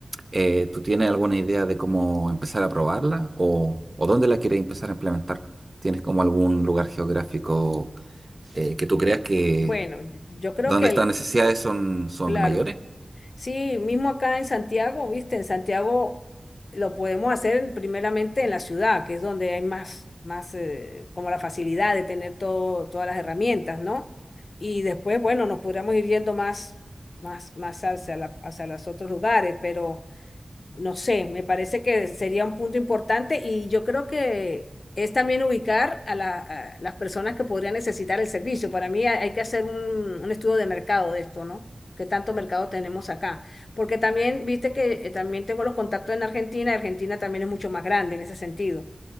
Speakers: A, on the right (about 40°); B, on the left (about 70°).
A: eh, ¿tú tienes alguna idea de cómo empezar a probarla o, o dónde la quieres empezar a implementar? ¿Tienes como algún lugar geográfico eh, que tú creas que
B: Bueno, yo yo creo
A: donde
B: que
A: estas
B: el,
A: necesidades son, son
B: claro.
A: mayores?
B: Sí, mismo acá en Santiago, viste, en Santiago lo podemos hacer primeramente en la ciudad, que es donde hay más, más eh, como la facilidad de tener todo, todas las herramientas, ¿no? Y después, bueno, nos podríamos ir yendo más, más, más hacia la- hacia los otros lugares, pero... No sé, me parece que sería un punto importante y yo creo que es también ubicar a, la- a las personas que podrían necesitar el servicio. Para mí hay hay que hacer un, un estudio de mercado de esto, ¿no? ¿Qué tanto mercado tenemos acá? Porque también, viste que eh, también tengo los contactos en Argentina, Argentina también es mucho más grande en ese sentido.